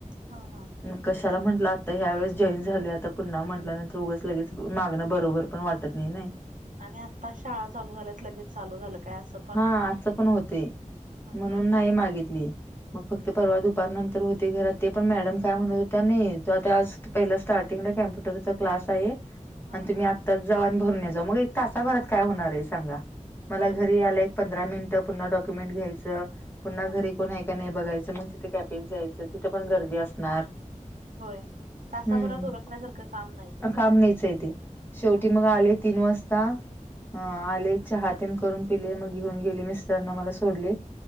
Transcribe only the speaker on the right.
हा हा
आणि आता शाळा चालू झाल्यात लगेच चालू झालं काय असं पण
हा
हा
हा
हा
होयच
की.
हा.
होय. तासाभरात
उरकण्यासारखं काम नाही ते.
हा
हा